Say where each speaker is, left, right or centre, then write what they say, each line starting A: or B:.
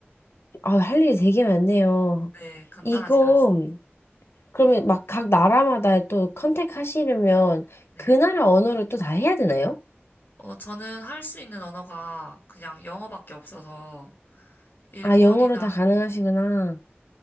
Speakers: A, on the left; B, on the left.
A: 아, 할 일이 되게 많네요.
B: 네, 간단하지가
A: 이거,
B: 않습니다.
A: 그러면 막 각 나라마다 또 컨택 하시려면
B: 네.
A: 그 나라 언어를 또 다 해야 되나요?
B: 어, 저는 할 수 있는 언어가 그냥 영어밖에 없어서 일본이나,
A: 아, 영어로 다 가능하시구나.